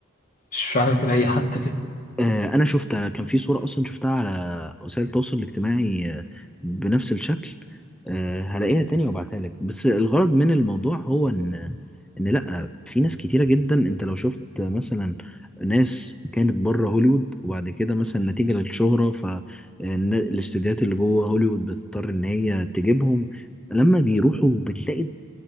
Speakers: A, on the left (about 40°); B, in the centre.
A: مش فاكر اي حد كده
B: آه، انا شفت أنا كان في صورة اصلا شفتها على وسائل التواصل الاجتماعي آه، بنفس الشكل آه، هلاقيها تاني وابعتها لك بس الغرض من الموضوع هو ان ان لا في ناس كتيرة جدا انت لو شفت مثلا ناس كانت بره هوليوود وبعد كده مثلا نتيجة للشهرة فالاستوديوهات اللي جوه هوليوود بتضطر ان هي تجيبهم لما بيروحوا بتلاقي